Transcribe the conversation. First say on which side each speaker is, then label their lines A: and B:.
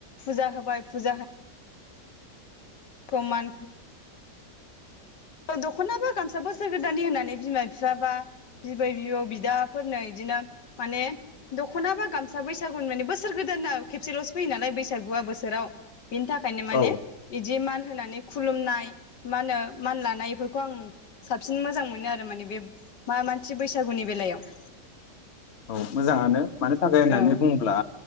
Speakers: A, on the left; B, on the left.
A: फुजा होबाय फुजा हो खौ मान दख'ना बो गामसा बो बोसोर गोदाननि होननानै बिमा बिफा बा बिबै बिबौ बिदाफोरनो इदिनो माने दखना बा गामसा बैसागुनि माने बोसोर गोदाना खेबसेलसो फैयो नालाय बैसागुआ बोसोराव बिनि थाखायनो माने
B: औ
A: बिदि मान होनानै खुलुमनाय मा होनो मान लानायफोरखौ आं साबसिन मोजां मोनो आरो माने बे मा-मान से बैसागुनि बेलायाव
B: औ मोजाङानो मानि थाखाय होननानै
A: औ
B: बुङोब्ला